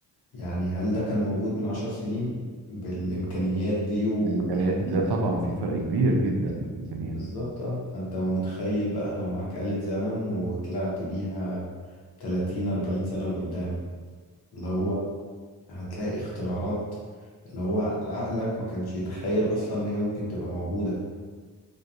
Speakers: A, on the left; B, on the right.
A: يعني هل ده كان موجود من عشر سنين بالإمكانيات دي و...
B: في الامكانيات لا طبعا في فرق كبير جدا في الامكانيات
A: بالظبط اه فانت متخيل بقى لو معاك آلة زمن وطلعت بيها 30 40 سنة لقدام اللي هو هتلاقي اختراعات اللي هو عقلك ما كانش يتخيل اصلا ان هي ممكن تبقى موجودة